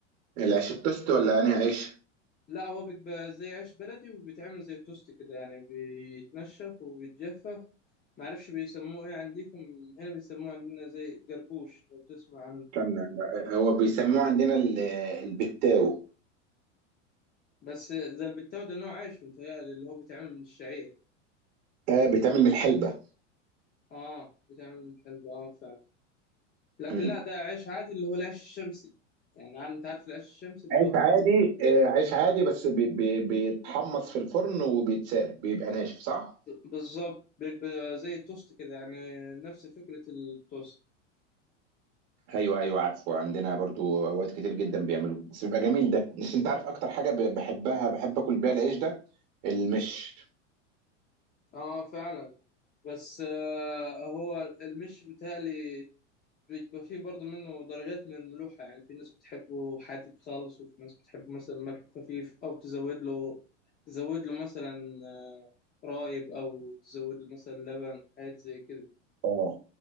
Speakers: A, on the right; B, on the left.
A: العيش التوست ولا انهي عيش
B: لا هو بيبقى زي عيش بلدي وبيتعمل زي التوست كده يعني بيتنشف وبيتجفف معرفش بيسموه ايه عندكم هنا بيسموه عندنا زي جرجوش لو تسمع عنه
A: استنى لا، هو بيسموه عندنا ال- البتاو
B: بس زي البتاو ده نوع عيش متهيألي اللي هو بيتعمل من الشعير
A: آه، بيتعمل من الحلبه
B: اه بيتعمل من الحلبة اه فعلا لكن
A: مم.
B: لا ده عيش عادي اللي هو العيش الشمسي يعني عارف انت عارف العيش الشمسي اللي
A: عيش
B: هو بيبقى
A: عادي
B: كده.
A: آه، عيش عادي بس بي- بي- بيتحمص في الفرن وبيتساب بيبقى ناشف صح
B: بالظبط بيبقى زي التوست كده يعني نفس فكرة التوست
A: ايوه ايوه عارفه عندنا برضو اوقات كتير جدا بيعملوه بس بيبقى جميل ده بس انت عارف اكتر حاجه ب- بحبها بحب اكل بيها العيش ده المش
B: اه فعلا بس آه هو المش متهيألي بيبقى فيه برضه منه درجات من الملوحة يعني في ناس بتحبه حادق خالص وفي ناس بتحبه مثلا ملحه خفيف أو تزود له تزود له مثلا آه، رايب أو تزود له مثلا لبن حاجات زي كده
A: اه